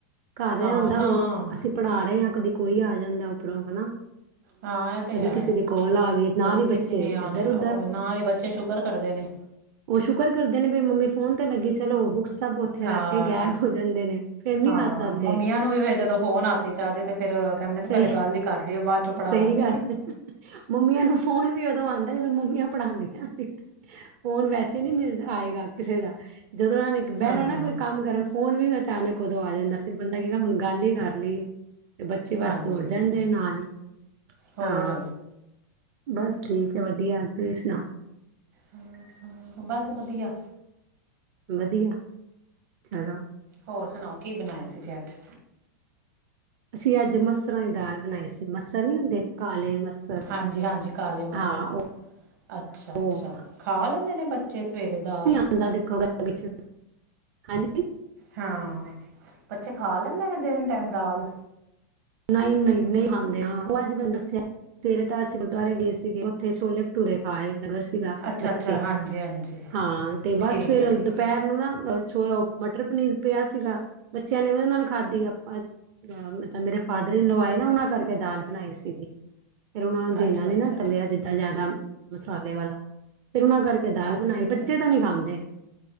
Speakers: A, on the right; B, on the right.
A: ਘਰ
B: ਹਾਂ
A: ਆਉਂਦਾ
B: ਨਾ
A: ਹਣੂੰ ਅਸੀਂ ਪੜ੍ਹਾ ਰਹੇ ਹਾਂ, ਕਦੇ ਕੋਈ ਆ ਜਾਂਦਾ ਉੱਪਰੋਂ ਹਨਾ
B: ਹਾਂ ਇਹ ਤੇ
A: ਕਦੇ
B: ਹੈ
A: ਕਿਸੀਂ ਦੀ ਕੋਲ ਆ ਗਈ, ਨਾਲ
B: ਕਦੀ
A: ਹੀ ਬੱਚੇ
B: ਕਿਸੇ ਨੇ
A: ਇੱਧਰ
B: ਆਣਾ
A: -ਉਧਰ
B: ਉਹ ਨਾ ਇਹ ਬੱਚੇ ਸ਼ੁਕਰ ਕਰਦੇ ਨੇ
A: ਉਹ ਸ਼ੁਕਰ ਕਰਦੇ ਨੇ ਵੀ ਮੰਮੀ ਫੋਨ ਤੇ, ਲੱਗੀ ਚਲੋ ਬੁੱਕਸ ਸਭ ਇੱਥੇ
B: ਹਾਂ
A: ਰੱਖ ਕੇ ਗੈਬ ਹੋ ਜਾਂਦੇ ਨੇ, ਫੇਰ ਨੀ
B: ਹਾਂ
A: ਹੱਥ ਆਦੇ
B: ਮੰਮੀਆਂ ਵੀ ਜਦੋਂ ਫੋਨ ਹੱਥ ਚ ਆ ਜਾਏ ਕਹਿੰਦੇ ਨੇ, ਪਹਿਲੇ
A: ਸਹੀ
B: ਗੱਲ ਹੀ ਕਰ ਲਈਏ ਬਾਅਦ ਚੋਂ ਪੜਾ
A: ਸਹੀ
B: ਲਾਂਗੇ
A: ਗੱਲ ਏ। ਮੰਮੀਆਂ ਨੂੰ, ਫੋਨ ਵੀ ਉਦੋਂ ਆਉਂਦਾ ਜਦੋਂ ਮੰਮੀਆਂ, ਪੜ੍ਹਾਉਂਦੀਆ ਫ਼ੋਨ ਵੈਸੇ ਨਹੀਂ ਮਿਲਦਾ ਆਏਗਾ ਕਿਸੇ ਦਾ, ਜਦੋਂ ਉਹਨਾਂ ਨੇ
B: ਹਾਂ
A: ਬਹਿਣਾ ਨਾ ਕੋਈ ਕੰਮ ਕਰਨ, ਫੋਨ ਵੀ ਅਚਾਨਕ ਉਦੋਂ ਆ ਜਾਂਦਾ, ਫੇਿਰ ਬੰਦਾ ਕਹੇਗਾ ਹੁਣ ਗੱਲ ਹੀ ਕਰ ਲਈਏ ਤੇ ਬੱਚੇ, ਬਸ
B: ਹਾਂਜੀ
A: ਦੌੜ ਜਾਂਦੇ
B: ਹਾਂਜੀ
A: ਨਾਲ
B: ਹੋਰ
A: ਹਾਂ ਆ ਬਸ ਠੀਕ ਹੈ, ਵਧੀਆ ਤੁਸੀਂ ਸੁਣਾਓ?
B: ਹਮ ਹਮ ਬਸ ਵਧੀਆ‌।
A: ਵਧੀਆ। ਚਲੋ
B: ਹੋਰ ਸੁਣਾਓ ਕੀ ਬਣਾਇਆਂ ਸੀ ਜੇ ਅੱਜ?
A: ਅਸੀਂ ਅੱਜ ਮਸਰਾਂ ਦੀ ਦਾਲ ਬਣਾਈ ਸੀ ਮਸਰ ਨੀ ਹੁੰਦੇ ਕਾਲੇ ਮਸਰ।
B: ਹਾਂਜੀ ਹਾਂਜੀ ਕਾਲੇ ਮਸਰ।
A: ਹਾਂ
B: ਅੱਛਾ ਅੱਛਾ
A: ਉਹ
B: ਖਾ ਲੈਂਦੇ ਨੇ ਬੱਚੇ ਸਵੇਰੇ ਦਾਲ।
A: ਬੰਦਾ ਦੇਖੋਗਾ ਵਿੱਚ ਹਾਂਜੀ।
B: ਹਾਂ ਬੱਚੇ ਖਾ ਲੈਂਦੇ ਨੇ ਦਿਨ ਟਾਈਮ ਦਾਲ।
A: ਨਹੀਂ ਨਹੀਂ ਨਹੀਂ ਖਾਂਦੇ ਉਹ ਅੱਜ ਮੈਨੂੰ ਦੱਸਿਆ ਸਵੇਰੇ ਤਾਂ ਅਸੀਂ ਗੁਰਦੁਆਰੇ ਗਏ ਸੀਗੇ ਉੱਥੇ ਛੋਲੇ ਭਠੂਰੇ ਖਾਏ। ਸੀਗਾ
B: ਅੱਛਾ
A: ਬੱਚੇ
B: ਅੱਛਾ ਹਾਂਜੀ ਹਾਂਜੀ
A: ਹਾਂ ਤੇ
B: ਠੀਕ
A: ਬਸ ਫੇਿਰ
B: ਹੈ ਠੀਕ
A: ਦੁਪਹਿਰ
B: ਹੈ
A: ਨੂੰ ਨਾ ਛੋ ਮਟਰ ਪਨੀਰ ਪਿਆ ਸੀਗਾ ਬੱਚਿਆਂ ਨੇ ਉਹਦੇ ਨਾਲ ਖਾਧੀ ਆਪਾਂ ਮੇਰੇ ਨਵਾਏ ਨਾ ਉਹਨਾਂ ਕਰਕੇ ਦਾਲ ਬਣਾਈ ਸੀਗੀ ਫੇਿਰ ਉਹਨਾ ਨੂੰ ਦੇਣਾ
B: ਅੱਛਾ
A: ਨੇ
B: ਅੱਛਾ
A: ਨਾ ਕੱਲਿਆ ਜਿੱਦਾਂ ਜਿਆਦਾ। ਮਸਾਲੇ ਵਾਲਾ ਫਿਰ ਉਹਨਾਂ ਕਰਕੇ ਦਾਲ
B: ਅੱਛਾ
A: ਬਣਾਏ
B: ਅੱਛਾ
A: ਬੱਚੇ ਤਾਂ ਨਹੀਂ ਖਾਂਦੇ।